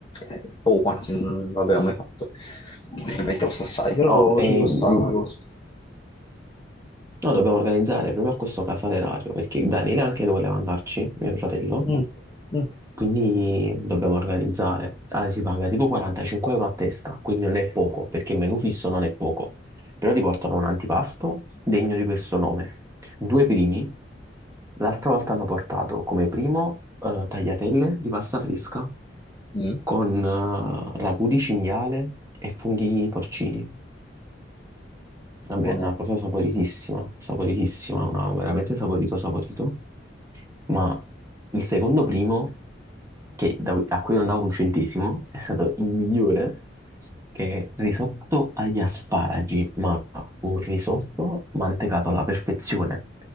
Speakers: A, on the left; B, on the right.
A: eh, poco, anzi, non l'abbiamo mai fatto perché ovviamente costa assai, però
B: no, eh,
A: ci può stare
B: mh,
A: come cosa.
B: noi dobbiamo organizzare proprio a questo casale radio, perché Daniele anche voleva andarci, mio fratello,
A: Mm, mm,
B: quindi dobbiamo organizzare. Ah, si paga tipo 45 euro a testa, quindi non è poco, perché il menù fisso non è poco, però ti portano un antipasto degno di questo nome. Due primi, l'altra volta hanno portato come primo eh, tagliatelle di pasta fresca
A: mm,
B: con eh, ragù di cinghiale e funghi porcini. Vabbè,
A: buono.
B: è una cosa saporitissima, saporitissima, una, veramente saporito, saporito. Ma il secondo primo, che, da- a cui non davo un centesimo, è stato il migliore, che è risotto agli asparagi, ma un risotto mantecato alla perfezione,